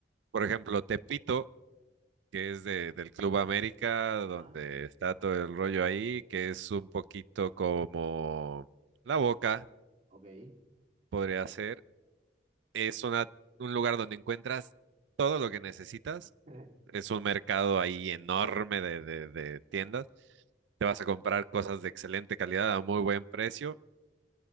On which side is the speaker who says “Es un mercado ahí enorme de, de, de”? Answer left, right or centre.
Right